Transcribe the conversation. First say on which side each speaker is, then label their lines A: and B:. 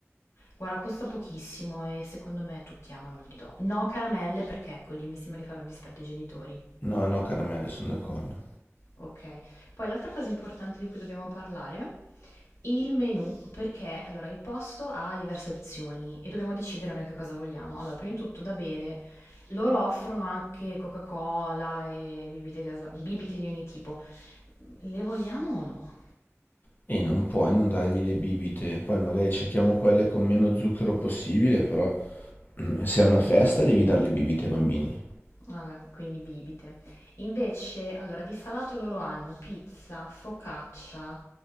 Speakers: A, on the left (about 70°); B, on the left (about 40°).
A: Guarda, costa pochissimo e secondo me tutti amano il Didò. No caramelle perché ecco lì mi sembra di fare un dispetto ai genitori.
B: No, no, caramelle, sono d'accordo.
A: Ok. Poi l'altra cosa importante di cui dobbiamo parlare, il menù, perché allora il posto ha diverse opzioni e dobbiamo decidere noi che cosa vogliamo. Allora, prima di tutto da bere, loro offrono anche Coca-Cola e bibite gasa- bibite di ogni tipo. Le vogliamo o no?
B: E non puoi non dargli le bibite, poi magari cerchiamo quelle con meno zucchero possibile, però Mm, Se è una festa devi dare le bibite ai bambini.
A: Vabbè, quindi bibite. Invece, allora, di salato loro hanno pizza, focaccia,